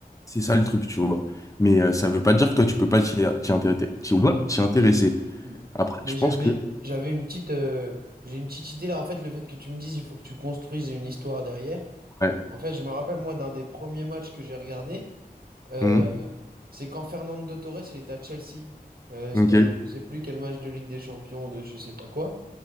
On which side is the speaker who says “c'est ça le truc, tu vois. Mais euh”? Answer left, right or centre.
Left